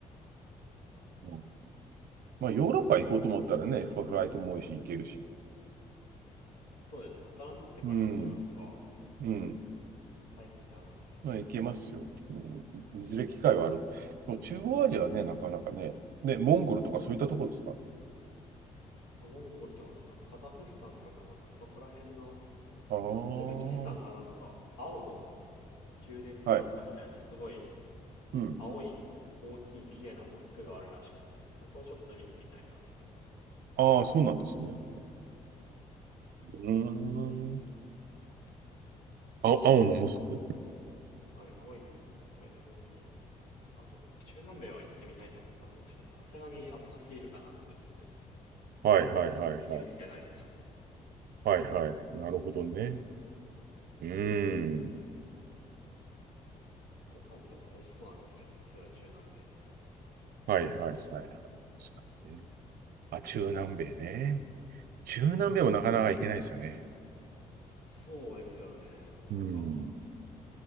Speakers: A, on the right; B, on the left.
A: うんまあ、ヨーロッパ行こうと思ったらね、
B: もうでも、
A: フライトも多いし、行けるし。
B: そうですね。大人になってからでもヨーロッパは、
A: うん、うん。
B: そんなに大変ではなさそうなの。
A: まあ、行けますよ。うんいずれ機会はある。もう中央アジアはね、なかなかね。ね、モンゴルとかそういったとこですか
B: モンゴルとか、そんなカザフスタンとかなんかそこら辺の、
A: ああー、
B: ウズベキスタンがなんか、青の宮殿かなんかみたいな、
A: はい。
B: すごい
A: うん。
B: 青い大きい綺麗なモスクがあるらしくて、そこをちょっと見てみたいなって思ってます。
A: ああ、そうなんですね。うーん。あ、青のモスク
B: はい、青いなんかすごいね、大きいあとでも、中南米は行ってみたいと思ったんですけど、さすがに危なすぎるかなって思って、
A: はいはいはいはい。
B: 勇気出ないですね。
A: はいはい。なるほどね。うーん。
B: ご飯とか美味しそうなんですけどね、すごい中南米の。なんか
A: はいはいはい。確かにね。あ、中南米ね。中南米もなかなか行けないですよね。
B: そうですよね、もうなんか、
A: うん。